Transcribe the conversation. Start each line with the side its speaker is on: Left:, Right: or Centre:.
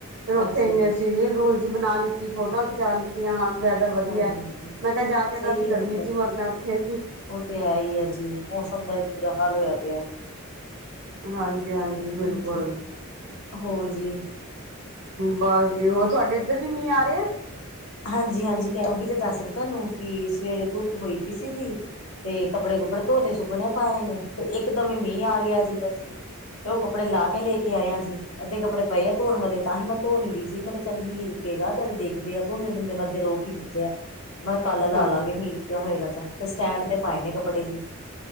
Right: ਫੇਰ ਉੱਥੇ
Left: ਅੱਛਾ
Right: ਇੰਨੇ
Left: ਜੀ ਅੱਛਾ,
Right: ਅਸੀਂ ਰੀਅਲ ਰੂਲ ਬਣਾ ਲਿੱਤੀ ਫੋਟੋਆਂ ਖਿਚਾ ਲਿੱਤੀਆਂ। ਵਧੀਆ
Left: ਹਾਂਜੀ ਹਾਂਜੀ
Right: ਮੈਂ ਕਿਹਾ ਜਾ ਕੇ ਤਾਂ
Left: ਸਹੀ
Right: ਅਸੀਂ ਗਰਮੀ
Left: ਗੱਲ ਹੈ
Right: ਚ ਹੀ ਮਰਨਾ ਉੱਥੇ
Left: ਉਹ ਤੇ ਆ ਹੀ ਹੈ ਜੀ ਮੌਸਮ ਦਾ ਇਹ ਬੁਰਾ ਹਾਲ ਹੋਇਆ ਪਿਆ
Right: ਹਾਂਜੀ - ਹਾਂਜੀ। ਬਿਲਕੁਲ
Left: ਹਾਂਜੀ ਹੋਰ ਜੀ।
Right: ਬਸ ਜੀ ਹੋਰ ਤੁਹਾਡੇ ਇੱਧਰ ਵੀ ਮੀਂਹ ਆ ਰਹੇ ਆ
Left: ਹਾਂਜੀ - ਹਾਂਜੀ ਉਹੀ ਤਾਂ ਦੱਸ ਰਿਹੇ ਤੁਹਾਨੂੰ ਕਿ ਸਵੇਰੇ ਧੁੱਪ ਹੋਈ ਪਈ ਸੀ ਜੀ। ਤੇ ਕੱਪੜੇ - ਕੁਪੜੇ ਧੋਲੇ ਸੁੱਕਣੇ ਪਾਏ ਨੇ ਤੇ ਇੱਕਦਮ ਮੀਂਹ ਆ ਗਿਆ ਜੀ ਬਸ ਜੀ। ਤੇ ਉਹ ਕੱਪੜੇ ਲਾ ਕੇ ਲੈ ਕੇ ਆਇਆ ਸੀ ਅੱਧੇ ਕੱਪੜੇ ਪਏ ਆ ਧੋਣ ਵਾਲੇ ਤਾਂਹੀ ਮੈਂ ਧੋ ਨੀ ਰਹੀ ਸੀ ਮੈਂ ਕਿਹਾ ਚੱਲ ਮੀਂਹ ਦੇਖਦੇ ਆ ਤੂੰਨੇ ਤੁੰਦੇ ਮੈਂ ਅੱਧੇ ਰੋਕ ਹੀ ਦਿੱਤੇ ਆ ਮੈਂ ਕੱਲ ਲਾ
Right: ਹਾਂਜੀ
Left: ਲਾਗੇ ਮੀਂਹ ਹੋਏਗਾ ਤਾਂ ਫਿਰ ਸਟੈਂਡ ਤੇ ਪਾਏ ਨੇ ਕੱਪੜੇ ਜੀ।